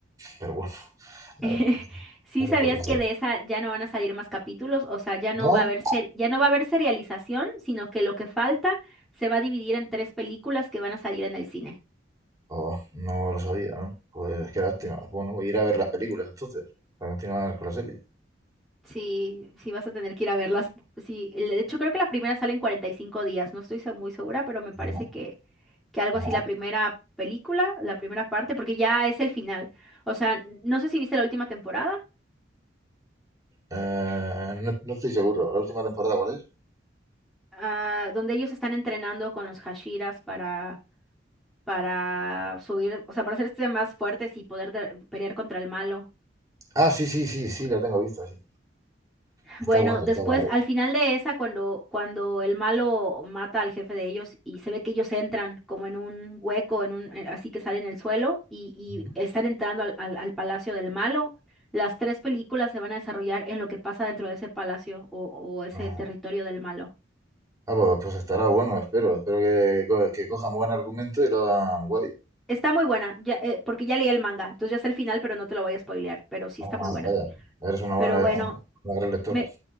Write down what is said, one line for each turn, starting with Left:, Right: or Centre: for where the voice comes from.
Right: Pero bueno, <laughs> nada,
Centre: <laughs> Sí
Right: eso
Centre: sabías
Right: por decir.
Centre: que de esa ya no van a salir más capítulos, o sea, ya no
Right: ¿No?
Centre: va a haber ser, ya no va a haber serialización, sino que lo que falta se va a dividir en tres películas que van a salir en el cine.
Right: Oh, no lo sabía, ¿no? Pues qué lástima. Bueno, voy a ir a ver las películas entonces, para continuar con la serie.
Centre: Sí, sí vas a tener que ir a verlas. Sí, el- de hecho creo que la primera sale en 45 días, no estoy se- muy segura, pero me parece
Right: Ajá,
Centre: que que algo
Right: ajá.
Centre: así la primera película, la primera parte, porque ya es el final. O sea, n- no sé si viste la última temporada,
Right: Eh, no, no estoy seguro. ¿La última temporada cuál es?
Centre: ah, donde ellos están entrenando con los Hashiras para para subir, o sea, para hacerse más fuertes y poder de- pelear contra el malo.
Right: Ah, sí, sí, sí, sí, la tengo vista, sí. Está
Centre: Bueno,
Right: buena,
Centre: después,
Right: está buena.
Centre: al final de esa, cuando, cuando el malo mata al jefe de ellos y se ve que ellos entran como en un hueco, en un, eh, así que salen el suelo y, y
Right: Ujú,
Centre: están entrando al, al, al palacio del malo, las tres películas se van a desarrollar en lo que pasa dentro de ese palacio o, o ese
Right: ajá.
Centre: territorio del malo.
Right: Ah, pues, pues estará bueno, espero. Espero que, co- que cojan buen argumento y lo hagan guay.
Centre: Está muy buena, ya, eh, porque ya leí el manga, entonces ya sé el final, pero no te lo voy a spoilear, pero sí
Right: Ajá,
Centre: está muy buena.
Right: vaya, eres una buena,
Centre: Pero bueno,
Right: una una gran lectora.
Centre: me,